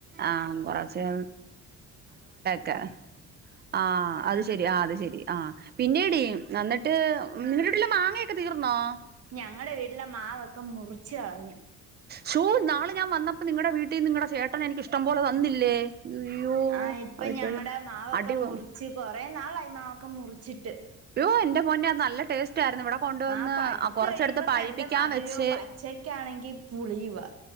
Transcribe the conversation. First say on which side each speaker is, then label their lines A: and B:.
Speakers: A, on the right; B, on the right.
A: ആഹ് കൊറച്ച് <unintelligible> ആഹ് അത് ശെരി ആഹ് അത് ശെരി ആ പിന്നെ ഡീ ന്നട്ട് നിന്റെ വിട്ടിലെ മാങ്ങയൊ ക്കെ തീർന്നോ
B: ഞങ്ങളടെ വീട്ടിലെ മാവൊക്കെ മുറിച്ച് കളഞ്ഞ്
A: ഷോ ന്നാള് ഞാൻ വന്നപ്പോ നിങ്ങടെ വീട്ടിന്ന്‌ നിങ്ങടെ ചേട്ടൻ എനിക്ക് ഇഷ്ടം പോലെ തന്നില്ലേ അയ്യോ
B: ആഹ് ഇപ്പൊ
A: അതിപ്പോഴും
B: ഞങ്ങടെ മാവൊക്കെ
A: അടിപൊ
B: മുറിച്ച് കൊറേ നാളായി മാവൊക്കെ മുറിച്ചിട്ട്
A: ഓ എന്റെ പൊന്നെ അത് നല്ല ടേസ്റ്റ് ആയിരുന്നു ഇവിടെ കൊണ്ടുവന്ന്
B: ആ പഴുത്ത്
A: കൊറച്ചെടുത്ത്
B: കഴിയുമ്പോ
A: പഴിപ്പിക്കാൻ
B: നല്ല മധുരവും
A: വെച്ച്
B: പച്ചക്കാണെങ്കി പുളിയുവാ